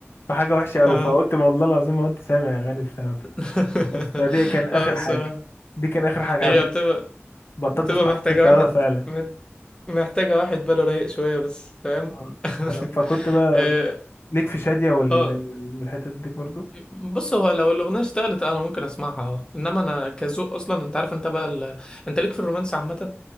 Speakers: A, on the left; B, on the left.
A: فحاجه وحشه قوي
B: اه
A: فقلت ما والله العظيم ما كنت سامع اغاني بسببها
B: <laughs>
A: بس فدي كان اخر
B: اه الصراحة
A: حاجه دي كان اخر حاجه
B: هي
A: على فكره
B: بتبقى
A: بطلت
B: بتبقى
A: اسمع
B: محتاجة
A: أغاني بسببها
B: واحد
A: فعلا
B: محتاجة واحد باله رايق شوية بس فاهم
A: آه.
B: <laughs>
A: ف- فكنت بقى
B: اه
A: ليك في شاديه وال-
B: آه،
A: والحتت دي برضو
B: بص هو لو الأغنية اشتغلت أنا ممكن أسمعها اه إنما أنا كذوق أصلا أنت عارف أنت بقى ال... آه، أنت ليك في الرومانس عامة